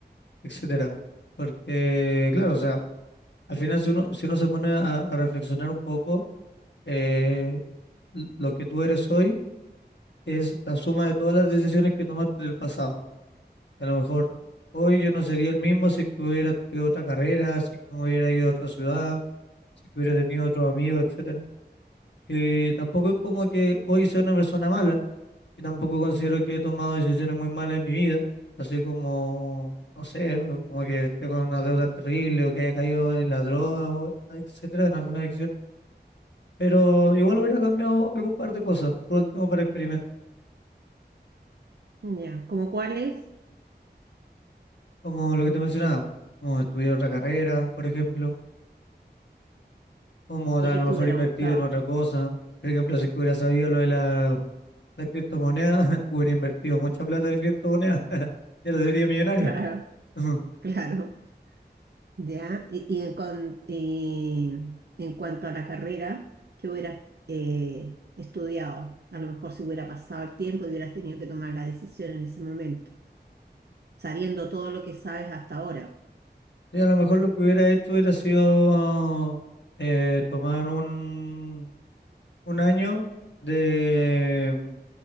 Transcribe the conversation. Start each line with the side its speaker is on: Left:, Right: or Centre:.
Left: etcétera. Porque, claro, o sea... Al final, si uno, si uno se pone a, a reflexionar un poco, eh, l- lo que tú eres hoy es la suma de todas las decisiones que tomaste del pasado. A lo mejor hoy yo no sería el mismo si que hubiera estudiado otra carrera, si que me hubiera ido a otra ciudad, si que hubiera tenido otros amigos, etcétera. Eh, tampoco es como que hoy sea una persona mala, y tampoco considero que he tomado decisiones muy malas en mi vida, así como, no sé, como que esté con una deuda terrible o que haya caído en la droga, o etcétera, en alguna adicción Pero igual hubiera cambiado algún par de cosas, por último, para experimentar,
Right: Ya, ¿como cuáles?
Left: como lo que te mencionaba, po, como estudiar otra carrera, por ejemplo, como a
Right: Y que
Left: lo
Right: te
Left: mejor
Right: hubiera
Left: invertir
Right: gustado.
Left: en otra cosa.
Right: <laughs>
Left: Por ejemplo, si que hubiera sabido lo de la, la criptomoneda, <laughs> hubiera invertido mucha plata en criptomonedas, <laughs> ya no sería millonario.
Right: Claro,
Left: <laughs>
Right: claro. Ya, y, y en, cuan- y en cuanto a la carrera, que hubieras eh, estudiado? A lo mejor si hubiera pasado el tiempo y hubieras tenido que tomar la decisión en ese momento, sabiendo todo lo que sabes hasta ahora.
Left: Y a lo mejor lo que hubiera hecho hubiera sido eh, tomar un, un año de,